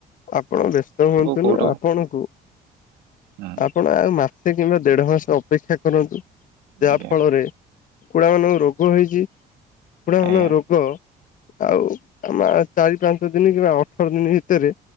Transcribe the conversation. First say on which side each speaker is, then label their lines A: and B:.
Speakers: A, on the left (about 50°); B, on the right (about 85°).
A: ଆପଣ ବ୍ୟସ୍ତ
B: ସବୁ
A: ହୁଅନ୍ତୁନି
B: କୋଉଠୁ
A: ଆପଣଙ୍କୁ
B: ହୁଁ
A: ଆପଣ ଆଉ ମାସେ କିମ୍ବା ଦେଢ ମାସ ଅପେକ୍ଷା କରନ୍ତୁ ଯାହା
B: ଆଜ୍ଞା
A: ଫଳରେ କୁକୁଡ଼ା ମାନଙ୍କୁ ରୋଗ ହେଇଚି କୁକୁଡ଼ା
B: ଆଜ୍ଞା
A: ମାନଙ୍କ ରୋଗ ଆଉ ଆମେ ଚାରି ପାଞ୍ଚ ଦିନ କିମ୍ବା ଅଠର ଦିନ ଭିତରେ